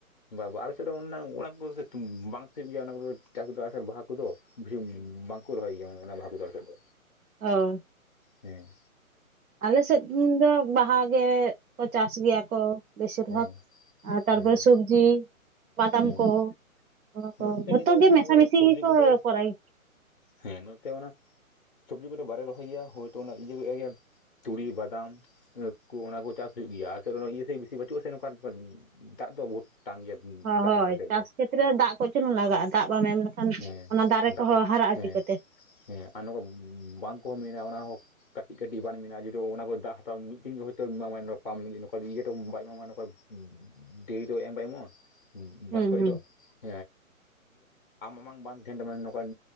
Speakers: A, on the left; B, on the right.
A: ᱵᱟ ᱵᱟ ᱟᱞᱮ ᱥᱮᱫ ᱫᱚ <unintelligible> ᱵᱟᱝ ᱦᱩᱭᱩᱜ ᱜᱮᱭᱟ ᱚᱱᱟ ᱠᱚᱫᱚ ᱪᱟᱥ ᱵᱟᱥ ᱵᱟᱦᱟ ᱠᱚᱫᱚ ᱵᱷᱤᱱ ᱵᱟᱝᱠᱩ ᱨᱚᱦᱚᱭ ᱜᱮᱭᱟ ᱚᱱᱟ ᱵᱟᱦᱟ ᱠᱚ ᱫᱚ ᱟᱞᱮᱥᱮᱜ ᱫᱚ᱾
B: ᱚ
A: ᱦᱩᱸ
B: ᱟᱞᱮᱥᱮᱫ ᱫᱚ ᱵᱟᱦᱟ ᱜᱮᱠᱚ ᱪᱟᱥ ᱜᱮᱭᱟ ᱠᱚ ᱵᱤᱥᱤᱨ
A: ᱦᱮᱸ
B: ᱵᱷᱟᱠ ᱟᱨ ᱛᱟᱨᱯᱚᱨᱮ
A: ᱦᱮᱸ
B: ᱥᱚᱵᱽᱡᱤ, ᱵᱟᱫᱟᱢ
A: ᱦᱮᱸ
B: ᱠᱚ ᱚᱱᱟ ᱠᱚ
A: ᱱᱚᱛᱮ
B: ᱡᱷᱚᱛᱚ
A: ᱠᱚᱫᱚ
B: ᱜᱮ
A: ᱚᱱᱟ
B: ᱢᱮᱥᱟᱢᱤᱥᱤ
A: ᱠᱚᱫᱚ ᱥᱚᱵᱽᱡᱤ
B: ᱜᱤᱠᱚ
A: ᱠᱚᱫᱚ
B: ᱠᱚᱨᱟᱭ
A: ᱦᱮᱸ ᱱᱚᱛᱮ ᱚᱱᱟ ᱥᱚᱵᱽᱡᱤ ᱠᱚᱫᱚ ᱵᱟᱞᱮ ᱨᱚᱦᱚᱭ ᱜᱮᱭᱟ ᱦᱩᱭᱛᱚ ᱚᱱᱟ ᱤᱭᱟᱹ ᱜᱮ ᱛᱩᱲᱤ, ᱵᱟᱫᱟᱢ ᱠᱩ ᱚᱱᱟ ᱠᱩ ᱪᱟᱥ ᱦᱩᱭᱩᱜ ᱜᱮᱭᱟ᱾ ᱟᱞᱮ ᱥᱮᱫ ᱨᱮ ᱤᱭᱟᱹ ᱥᱮᱜ ᱵᱤᱥᱤ ᱵᱟᱪᱩᱜᱼᱟ ᱥᱮ ᱱᱚᱝᱠᱟ ᱫᱟᱜ ᱫᱚ ᱵᱩᱦᱩᱛ ᱴᱟᱱ ᱜᱮᱭᱟ᱾
B: ᱦᱚᱸ
A: ᱫᱟᱜ
B: ᱦᱚᱭ
A: ᱨᱮᱱᱟᱜ ᱟᱞᱮ ᱥᱮᱫ
B: ᱪᱟᱥ
A: ᱫᱚ
B: ᱠᱷᱮᱛᱮᱨᱮ ᱫᱟᱜ ᱠᱟᱹᱡᱪᱩᱞᱩᱝ ᱞᱟᱜᱟᱜᱼᱟ᱾ ᱫᱟᱜ ᱵᱟᱢ ᱮᱢ ᱞᱮᱠᱷᱟᱱ
A: ᱦᱮᱸ
B: ᱚᱱᱟ ᱫᱟᱨᱮ
A: ᱫᱟᱜ
B: ᱠᱚ
A: ᱫᱚ
B: ᱦᱚᱸ ᱦᱟᱨᱟᱜᱼᱟ
A: ᱦᱮᱸ
B: ᱪᱤᱠᱟᱹᱛᱮ
A: ᱦᱮᱸ ᱟᱨ ᱱᱚᱠᱟ ᱵᱟᱱᱫᱷ ᱠᱚᱦᱚᱸ ᱢᱮᱱᱟᱜᱼᱟ ᱚᱱᱟ ᱦᱚᱸ ᱠᱟᱴᱤᱜ ᱠᱟᱴᱤᱜ ᱵᱟᱱᱫᱷ ᱢᱮᱱᱟᱜᱼᱟ ᱡᱩᱫᱤᱭᱳ ᱚᱱᱟᱠᱚ ᱫᱟᱜ ᱦᱟᱛᱟᱣ ᱢᱤᱫ ᱫᱤᱱ ᱜᱮ ᱦᱳᱭᱛᱳ ᱮᱢᱟ ᱢᱟᱭ ᱯᱟᱢᱯ ᱞᱟᱹᱜᱤᱜ ᱱᱚᱠᱟ ᱤᱭᱟᱹ ᱛᱮᱦᱚ ᱵᱟᱭ ᱮᱢᱟᱢᱟ ᱱᱚᱠᱟ ᱰᱮ. ᱨ ᱫᱚ ᱮᱢ ᱵᱟᱭ ᱮᱢᱚᱜᱟᱭ
B: ᱦᱩᱸ
A: ᱵᱟᱱᱫᱷ ᱠᱷᱚᱡ
B: ᱦᱩᱸ
A: ᱫᱚ <unintelligible> ᱵᱟᱱᱫᱷ ᱵᱟᱝ ᱛᱟᱦᱮᱱ ᱛᱟᱢᱟ ᱱᱚᱝᱠᱟᱱ